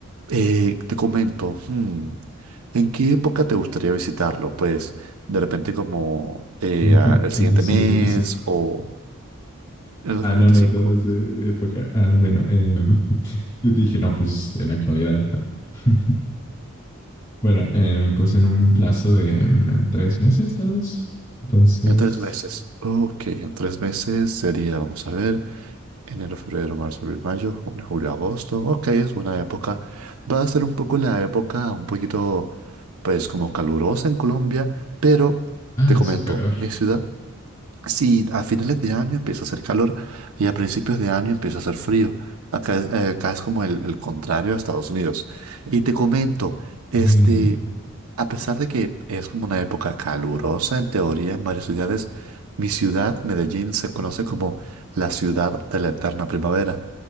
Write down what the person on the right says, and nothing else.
Eh, te comento, hmm, ¿en qué época te gustaría visitarlo? Pues de repente como eh,
a-
el siguiente
mes
o el dos
mil
veinticinco.
En tres meses. Ok, en tres meses sería, vamos a ver, enero, febrero, marzo, abril, mayo, junio, julio, agosto. Ok, es buena época. Va a ser un poco la época un poquito, pues como calurosa en Colombia, pero
te comento,
mi ciudad Sí, a finales de año empieza a hacer calor y a principios de año empieza a hacer frío. Acá, es- eh, acá es como el, el contrario a Estados Unidos. Y te comento, este,
a pesar de que es como una época calurosa en teoría en varias ciudades, mi ciudad, Medellín, se conoce como la ciudad de la eterna primavera.